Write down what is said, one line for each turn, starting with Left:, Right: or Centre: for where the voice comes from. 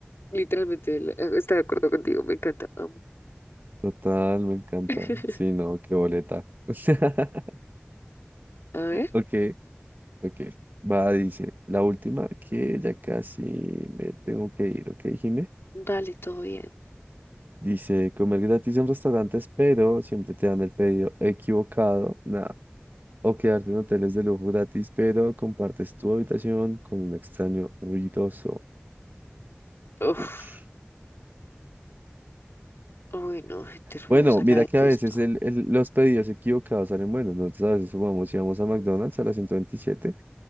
Left: literalmente el- está de acuerdo contigo, me encanta, amo.
Right: total, me encanta.
Left: <laughs>
Right: Sí, no, qué boleta. <laughs>
Left: A ver,
Right: Ok, ok. Va, dice, la última que ya casi me tengo que ir, ¿ok, Jime?
Left: vale, todo bien.
Right: Dice, comer gratis en restaurantes, pero siempre te dan el pedido equivocado. Nada. O quedarte en hoteles de lujo gratis, pero compartes tu habitación con un extraño ruidoso.
Left: Uf.
Right: Ush.
Left: Uy, no, gente ruidosa,
Right: Bueno, mira
Left: la detesto.
Right: que a veces el- el- los pedidos equivocados salen buenos. Nosotros a veces sumamos y vamos a McDonald's a las 127